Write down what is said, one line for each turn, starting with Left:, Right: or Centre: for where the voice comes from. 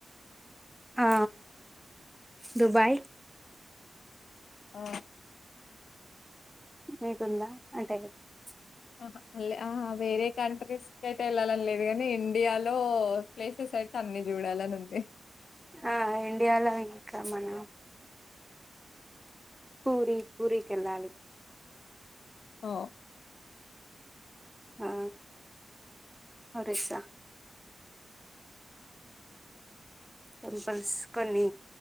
Centre: ఆ దుబాయ్
Left: ఆ
Centre: మీకుందా <unintelligible>
Left: ఆహ ఆహ వేరే కంట్రీస్ కయితే వెళ్ళాలని లేదు కానీ ఇండియాలో ప్లేసెస్ అయితే అన్ని చూడాలని ఉంది
Centre: ఆ ఇండియాలో ఇంకా మన పూరి పూరి కెళ్ళాలీ
Left: ఓ
Centre: ఆ ఒరిస్సా టెంపుల్స్ కొన్ని